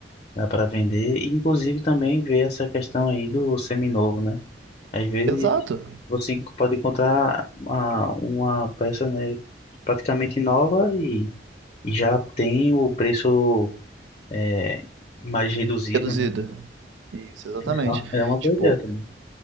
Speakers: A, on the left (about 35°); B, on the right (about 75°).
A: dá pra vender e inclusive também ver essa questão aí do seminovo, né? Às vezes
B: Exato.
A: você pode encontrar uma, uma peça, né, praticamente nova e e já tem o preço é, mais reduzido,
B: Reduzido.
A: né?
B: Isso, exatamente.
A: Isso é uma boa
B: Tipo,
A: ideia também.